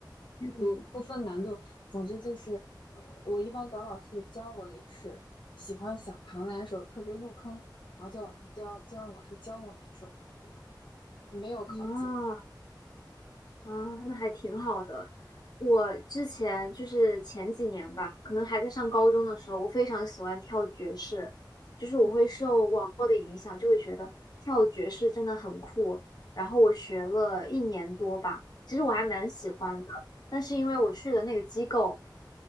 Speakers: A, on the left (about 60°); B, on the left (about 85°).
A: 嗯，
B: 不不分难度，总之就是，呃，我一般找老师教我也是喜欢想弹哪首特别入坑，然后叫老师教，就让老师教我哪首，这样没有考级。
A: 啊，啊，那还挺好的。我之前就是前几年吧，可能还在上高中的时候，我非常喜欢跳爵士，就是我会受网络的影响，
B: 哦，
A: 就会觉得跳爵士真的很酷。然后我学了一年多吧，其实我还蛮喜欢的，
B: 嗯
A: 但是因为我去的那个机构，